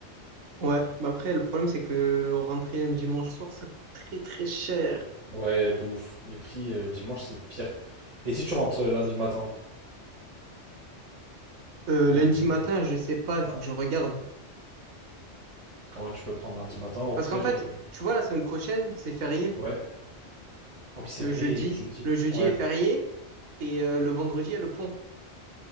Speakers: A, on the right (about 70°); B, on the right (about 35°).
A: Ouais, bah après, le problème, c'est que le rentrer un dimanche soir, ça coûte très très cher.
B: Ouais, de ouf. Les prix euh, dimanche, c'est pire. Et si tu rentres euh, lundi matin?
A: Euh, lundi
B: Lundi
A: matin,
B: matin.
A: je sais pas,
B: Ouais.
A: il faut que je regarde.
B: Parce qu'en vrai, tu peux prendre lundi matin, au
A: Parce
B: pire,
A: qu'en fait,
B: et...
A: tu vois, la semaine prochaine, c'est férié.
B: Ouais. Ah oui, c'est
A: Le
B: vrai,
A: jeudi,
B: et jeudi.
A: le jeudi
B: Ouais.
A: est férié et euh, le vendredi, il y a le pont.